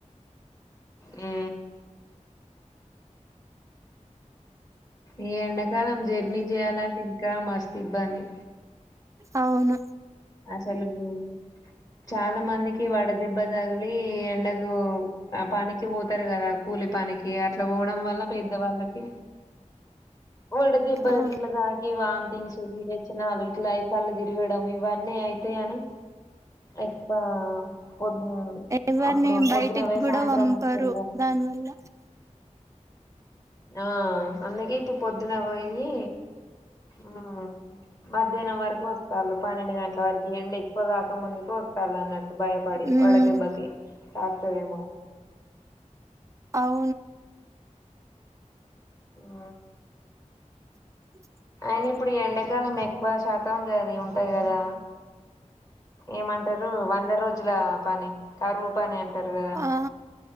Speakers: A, on the left (about 30°); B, on the right (about 25°).
A: ఆ ఈ ఎండాకాలం జర్నీ జేయాలంటే ఇంకా మస్తు ఇబ్బంది
B: అవును
A: అసలు గూ చాలా మందికి వడదెబ్బ దగిలి ఎండకు ఆ పనికి పోతారు కదా కూలి పనికి అట్లా పోవడం వల్ల పెద్దవాళ్ళకి వడ దెబ్బ
B: ఆ
A: ఇట్ల దాకి వామ్ తింగ్స్ ఇంక వీరొచనాలు ఇట్ల కల్ళు దిరగడం ఇవన్ని అయితాయని ఎక్కువ పొద్దు
B: ఎవరిని
A: అప్పుడు
B: బయటికి
A: పొద్దునవే
B: కూడా
A: సాయంత్రం
B: పంపరు
A: వరకుల
B: దానివల్ల
A: ఆ అందుకే ఇప్పుడు పొద్దున్నె వొయ్యి ఆ మధ్యానం వరకు వస్తారు పన్నెండు గంటల వరకు ఎండ ఎక్కువ కాక ముందుకు వస్తారు అన్నట్టు భయపడి
B: ఉమ్
A: వడ దెబ్బకి తాక్తదెమో
B: అవ్
A: ఆ
B: స
A: <unintelligible> ఇప్పుడు ఈ ఎండాకాలం ఎక్కువ శాతం గది ఉంటాది గదా ఏమంటారు వంద రోజుల పని కరువు పని అంటారు కదా
B: ఆ